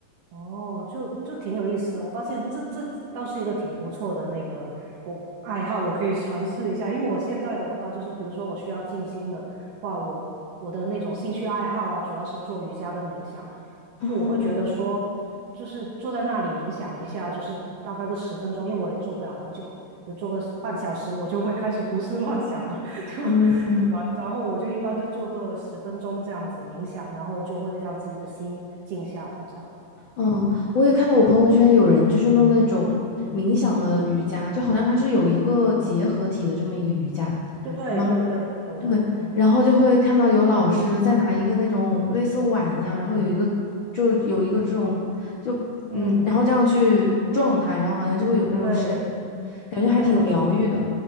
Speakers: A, on the right (about 70°); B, on the left (about 85°).
A: 哦，就就挺有意思的。我发现这这倒是一个挺不错的那个我爱好，我可以尝试一下。因为我现在的话，就是比如说我需要静心的话，我我的那种兴趣爱好啊，主要是做瑜伽跟冥想。
B: 啊
A: 就我会觉得说，就是坐在那里冥想一下，就是大概个十分钟，因为我也做不了很久，就做个半小时，我就会开始胡思乱想了，<laughs> 就对吧？
B: 嗯嗯嗯
A: 然后我就一般就做个十分钟这样子冥想，然后就会让自己的心静下来，这样。
B: 嗯，我也看到我朋友圈有人就是弄那种冥想的瑜伽，就好像它是有一个结合体的这么一个瑜伽。
A: 对对对，
B: 然后。
A: 有的，
B: 对，
A: 嗯
B: 然后就会看到有老师在拿一个那种类似碗一样，然后有一个就有一个这种就嗯，
A: 嗯，
B: 然后这样去撞它，然后好像就会有那种声音，
A: 对嗯
B: 感觉还挺疗愈的。
A: 对，我知